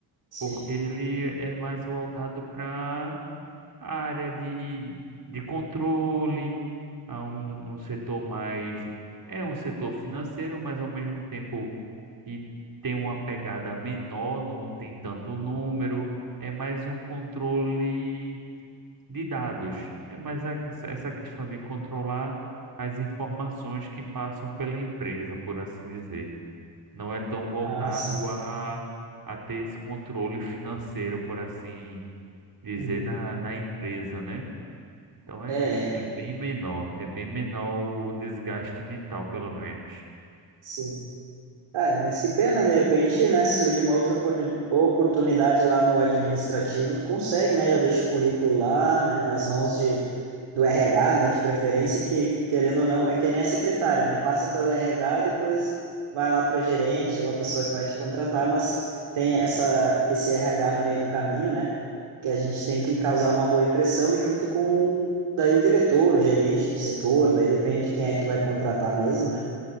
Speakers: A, on the right; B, on the right.
A: Sim.
B: porque ele é mais voltado para a área de, de controle, a um, um setor mais. É um setor financeiro, mas ao mesmo tempo e tem uma pegada menor, não tem tanto número, é mais um controle de dados. É mais a- essa questão de controlar as informações que passam pela empresa, por assim dizer. Não é tão voltado
A: Ah, sim.
B: a, a ter esse controle financeiro, por assim dizer,
A: Uhum.
B: na, na empresa, né? Então é,
A: É,
B: me- é bem menor, é bem menor o desgaste mental, pelo menos.
A: sim. Ah, é, mas que pena, de repente, né, se surge uma outra oportuni- oportunidade lá no administrativo, tu consegue, né, já deixa o currículo lá, né, nas mãos de, do RH, né, de preferência, que, querendo ou não, é que nem a secretária, né, passa pelo RH e depois vai lá para o gerente ou a pessoa que vai te contratar, mas tem essa, esse RH no meio do caminho, né, que a gente tem que causar uma boa impressão junto com, daí, o diretor, o gerente do setor, daí depende quem é que vai contratar mesmo, né,